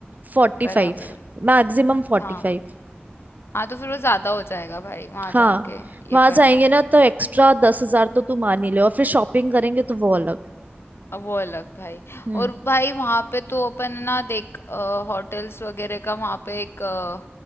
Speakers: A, on the right; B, on the left.
A: फोर्टी
B: बराबर
A: फाइव
B: है
A: मैक्सिमम फोर्टी
B: हाँ
A: फाइव
B: हाँ तो फिर वो ज्यादा हो जाएगा भाई वहां
A: हाँ
B: जाके
A: वहां
B: ये करना
A: जाएंगे ना तो एक्स्ट्रा दस हजार तो तू मान ही ले और फिर शॉपिंग करेंगे तो वो अलग
B: अब वो अलग भाई
A: हम्म
B: और भाई वहां पे तो अपन है ना देख होटल्स वगैरह का वहां पे एक अ,